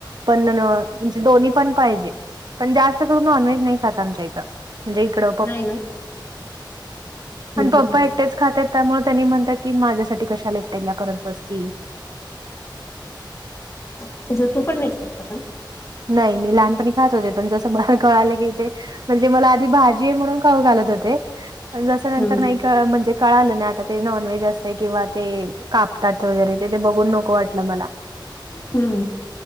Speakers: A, on the right; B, on the left.
A: पण म्हणजे दोन्ही पण पाहिजे. पण जास्त करून नॉनव्हेज नाही खाचं आमच्या इथं म्हणजे इकड
B: नाही ना
A: पण
B: हं, हं,
A: पप्पा
B: हं.
A: एकटेच खातात त्यामुळे त्यांनी म्हणात माज्या साठी कशाला एकट्याला करत बसती!
B: त्याचं तू पण नाही खात पण?
A: नाही मी लहानपणी खात होते पण जसं मला कळालं की ते म्हणजे मला आधी भाजी आहे म्हणून खाऊ घालत होते जस नंतर
B: हम्म
A: नाही म्हणजे कळालं ना आता ते नॉनव्हेज असते किंवा ते कापतात वगैरे ते बघून नको वाटलं मला.
B: हा